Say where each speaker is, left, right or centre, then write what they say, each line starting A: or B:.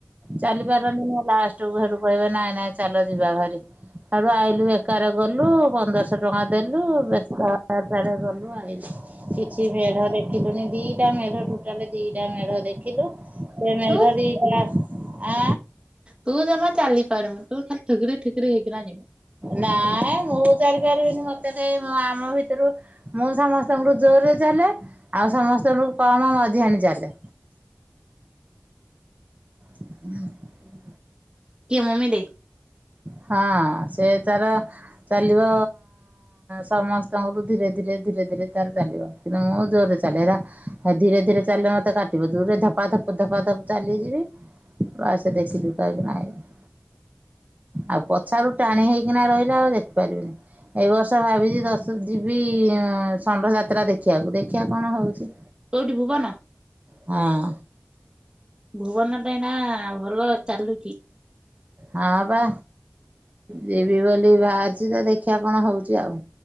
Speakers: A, on the right (about 35°); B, on the right (about 20°).
A: ଚାଲି ପାରନ୍ତି ନି ଲାଷ୍ଟ୍ କୁ ସେଉଠୁ କହିବେ ନାଇଁ ନାଇଁ ଚାଲ ଯିବା ଭାରି। ଘରୁ ଆଇଲୁ ବେକାର ଗଲୁ ପନ୍ଦର ଶହ ଟଙ୍କା ଦେଲୁ ବେକାରଟାରେ ଗଲୁ ଆଇଲୁ। କିଛି ମେଢ ଦେଖିଲୁନି ଦି ଟା ମେଢ ଟୋଟାଲ୍ ଦି ଟା ମେଢ ଦେଖିଲୁ ସେ ମେଢ
B: ତୁ
A: ଦି ଟା ଆ
B: ତୁ ଜମା ଚାଲିପାରୁନୁ ତୁ ଖାଲି ଠୁକୁର ଠୁକୁର ହେଇକିନା ଯିବୁ।
A: ନାଇଁ ମୁଁ ଚାଲି ପାରିବିନି ମତେ ସେଇ ମୁଁ ଆମ ଭିତରୁ ମୁଁ ସମସ୍ତଙ୍କ ଠୁ ଜୋରରେ ଚାଲେ ଆଉ ସମସ୍ତଙ୍କ ଠୁ କମ୍ ମଝିଆଣି ଚାଲେ। ହୁଁ।
B: କିଏ ମମି ଦେଇ?
A: ହଁ ସେ ତାର ଚାଲିବ ସମସ୍ତଙ୍କ ଠୁ ଧୀରେ ଧୀରେ ଧୀରେ ଧୀରେ ତାର ଚାଲିବ। କିନ୍ତୁ ମୁଁ ଜୋରରେ ଚାଲେ ହେଲା ଧୀରେ ଧୀରେ ଚାଲିଲେ ମତେ କାଟିବ ଜୋରେ ଧପା ଧପ ଧପା ଧପ ଚାଲିଯିବି ଆସି ବେଶୀ ଦୁଃଖ କିନା ଆଇବି। ଆଉ ପଛ ଆଡୁ ଟାଣି ହେଇ କିନା ରହିଲେ ଆଉ ଦେଖିପାରିବେନି। ଏ ବର୍ଷ ଭାବିଛି ଦଶ ଯିବି ଷଣ୍ଢ ଯାତ୍ରା ଦେଖିବାକୁ ଦେଖିବା କଣ ହଉଛି।
B: କୋଉଠି ଭୁବନ?
A: ହଁ।
B: ଭୁବନଟା ଏଇନା ଭଲ ଚାଲୁଛି।
A: ହଁ ବା ଯିବି ବୋଲି ବାହାରିଛି ତ ଦେଖିବା କଣ ହଉଛି ଆଉ।